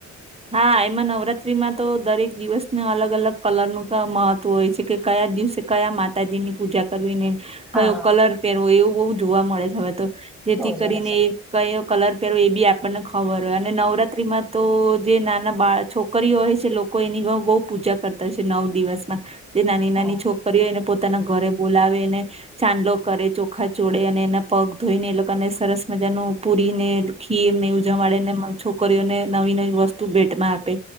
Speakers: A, on the right (about 20°); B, in the centre.
A: હા એમાં નવરાત્રીમાં તો દરેક દિવસને અલગ અલગ કલરનું મહત્વ હોય છે કે કયા દિવસે કયા માતાજી ની પૂજા કરીને કયો
B: હા
A: કલર પહેરવો એવું બહ જોવા મળે છે હવે તો જેથી
B: બહુ
A: કરીને
B: સરસ
A: કયો કલર પહેરવો એ બી આપણને ખબર હોય અને નવરાત્રીમાં તો જે નાના બાળ છોકરીઓ હોય છે લોકો એની બહુ પૂજા કરતા હોય છે નવ દિવસમાં જે નાની નાની
B: હા
A: છોકરીઓ એને પોતાના ઘરે બોલાવેને ચાંદલો કરે ચોખા ચોડે અને એના પગ ધોઈને એ લોકોને સરસ મજાનું પૂરીને ખીર ને ઉજાવાડે ને છોકરીઓને નવી નવી વસ્તુ ભેટમાં આપે.